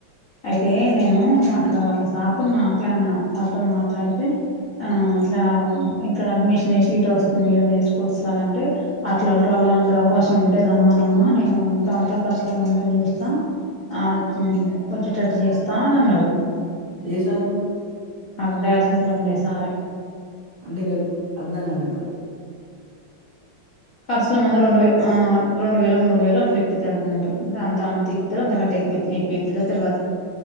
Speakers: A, on the left; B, on the right.
A: అయితే నేను అక్కడ వాళ్ళ సాాతలు మాట్లాడిన సాతలు మాట్లాడితే ఆ ఇట్లా ఇక్కడ అడ్మిషన్ వేసి ఈట వస్తుంది ఈడ నేర్చుకొస్తార అంటే అట్లాంటి వాళ్ళ ఇలాంటి అవకాశం ఉంటే రమ్మనమ్మా నేను ఎంత అంత ఖచులు మందని చూస్తాను ఆ ఒచ్చటటు చేస్తా అని అన్నాడు
B: ఏ సారు?
A: అక్కడ అలసస్లో ఉండేయి సార్ే
B: అంటేగా అర్ధం కనక్క
A: ఖర్చుల మంద రెండు వే ఆ రెండుేల మూడు వేలు అట్లా ఇప్పతాడు అన్నట్టు తాను తిప్పుతారు అంతకంటే ఎక్కు ఎప్పిస్తాడో తెలియదు